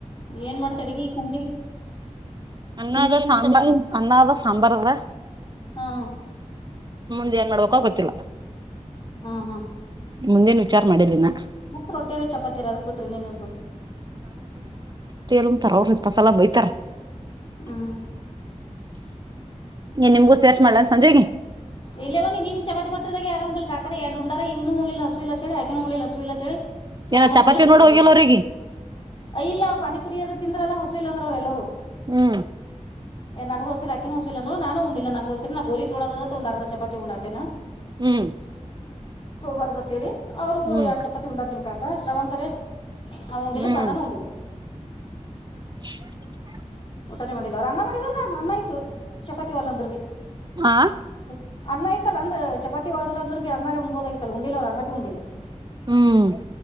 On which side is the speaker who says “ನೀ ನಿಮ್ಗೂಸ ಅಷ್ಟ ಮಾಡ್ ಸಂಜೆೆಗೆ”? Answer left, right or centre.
Right